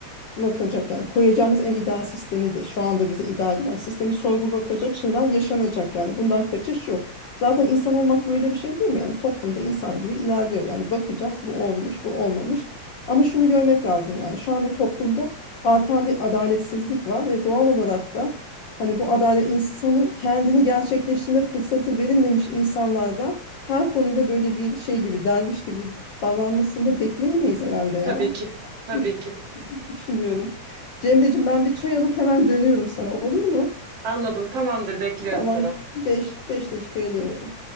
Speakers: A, on the left (about 85°); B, on the right (about 60°).
A: sorgulatacak yani koyacağımız en ideal sistemi de şu anda bize ideal gelen sistemi sorgulatacak şeyler yaşanacak yani bundan kaçış yok. Zaten insan olmak böyle bir şey değil mi? Yani toplumda insan gibi ilerliyor. Yani bakacağız bu olmuş, bu olmamış. Ama şunu görmek lazım yani şu anda toplumda artan bir adaletsizlik var ve doğal olarak da hani bu adalet insanın kendini gerçekleştirme fırsatı verilmemiş insanlardan her konuda böyle bir şey gibi derviş gibi davranmasını da bekleyemeyiz herhalde ya.
B: tabii ki, tabii
A: <laughs>
B: ki.
A: diye düşünüyorum. Cemre'cim ben bir çay alıp hemen dönüyorum sana olur mu?
B: Anladım, tamamdır, bekliyorum
A: Tamam
B: Serap.
A: beş beş dakikaya dönüyorum.